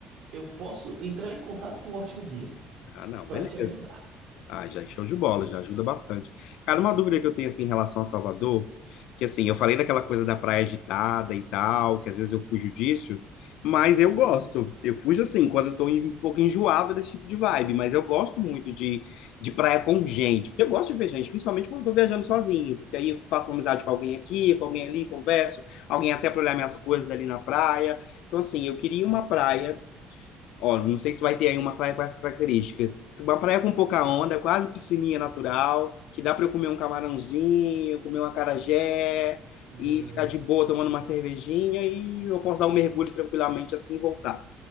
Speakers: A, on the right (about 60°); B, on the left (about 75°).
A: Eu posso entrar em contato com o Ótimo Guia
B: Ah, não,
A: para
B: beleza.
A: te ajudar.
B: Ah, já show de bola, já ajuda bastante. Cara, uma dúvida que eu tenho assim em relação a Salvador, que assim, eu falei daquela coisa da praia agitada e tal, que às vezes eu fujo disso, mas eu gosto. Eu fujo assim, quando eu tô em- um pouco enjoada desse tipo de vibe, mas eu gosto muito de, de praia com gente, porque eu gosto de ver gente, principalmente quando eu tô viajando sozinho, porque aí eu faço uma amizade com alguém aqui, com alguém ali, converso, alguém até para olhar minhas coisas ali na praia. Então, assim, eu queria uma praia Ó, não sei se vai ter aí uma praia com essas características. Uma praia com pouca onda, quase piscininha natural, que dá para eu comer um camarãozinho, comer uma acarajé
A: Hum,
B: e ficar de boa tomando uma cervejinha e eu posso dar um mergulho tranquilamente assim e voltar.